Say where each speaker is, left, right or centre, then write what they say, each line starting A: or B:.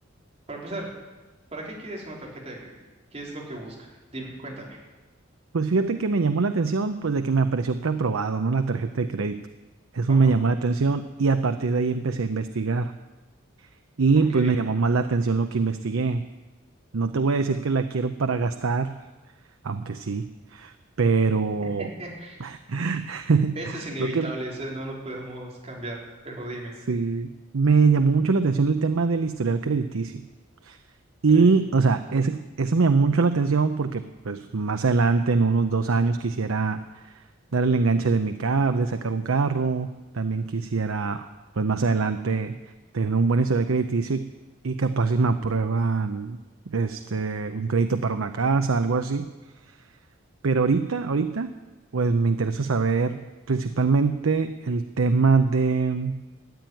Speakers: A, on the right; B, on the right.
A: para empezar, ¿para qué quieres una tarjeta de crédito? ¿Qué es lo que buscas? Dime, cuéntame.
B: Pues fíjate que me llamó la atención, pues de que me apareció preaprobado, ¿no? La tarjeta de crédito. Eso
A: Ajá.
B: me llamó la atención y a partir de ahí empecé a investigar. Y
A: Ok.
B: pues me llamó más la atención lo que investigué. No te voy a decir que la quiero para gastar, aunque sí, pero
A: <laughs>
B: <laughs>
A: Eso es inevitable,
B: lo que
A: eso no lo podemos cambiar, pero dime.
B: sí me llamó mucho la atención el tema del historial crediticio. Y,
A: Ok.
B: o sea, ese, ese me llamó mucho la atención porque, pues, más adelante, en unos dos años, quisiera dar el enganche de mi carro, de sacar un carro. También quisiera, pues, más adelante, tener un buen historial crediticio y, y capaz si me aprueban, este, un crédito para una casa, algo así. Pero ahorita, ahorita, pues me interesa saber principalmente el tema de,